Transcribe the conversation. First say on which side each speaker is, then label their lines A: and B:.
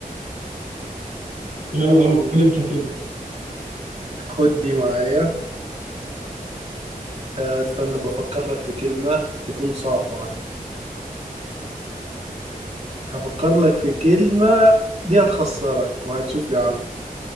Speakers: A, on the right; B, on the right.
A: يلا
B: يعني
A: قول انت كلمة
B: خد دي معايا آه، استنى بفكر لك في كلمة تكون صعبة عليك هفكر لك في كلمة دي هتخسرك وهتشوف يا عم